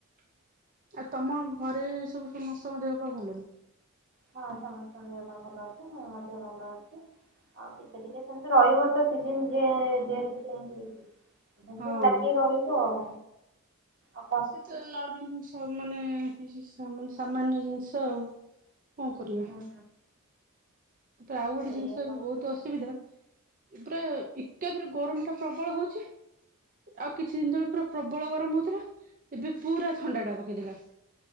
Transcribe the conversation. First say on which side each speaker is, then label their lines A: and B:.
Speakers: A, on the right; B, on the right.
A: <inaudible> ଆ ତମ ଘରେ ସବୁ ସମସ୍ତଙ୍କ ଦେହ ପା ଭଲନା।
B: ହଁ ସମସ୍ତଙ୍କ ଦେବା ଭଲ ଅଛି ମୁଁ ମଧ୍ୟ ଭଲ ଅଛି ଆଉ ଟିକେ ଟିକେ ସେମିତି ରହିବ ତ ସିଜିନ ଯେହେତୁ ଚେଞ୍ଜ ହୋଉଚି।
A: ହଁ
B: ଲାଗି ରହିବ ଆଉ ଆ
A: ସେ ତ <unintelligible> ମାନେ କିଛି ସାମନ୍ୟ ଜିନିଷ ଆଉ। କଣ କରିବା।
B: ହୁଁ
A: କିନ୍ତୁ ଆଉ ଗୋଟେ
B: ସେଇଆ
A: ଜିନିଷ
B: ହଉଛି
A: ବି ବହୁତ
B: କଥା
A: ଅସୁବିଧା।
B: ହୁଁ
A: ଏପରା ଏକାଥରେ ଗରମ ଟା ପ୍ରବଳ ହଉଛି। ଆଉ କିଛି ଦିନ ତଳେ ପୁରା ପ୍ରବଳ ଗରମ ଏବେ ପୁରା ଥଣ୍ଡା ଟା ପକେଇଦେଲା।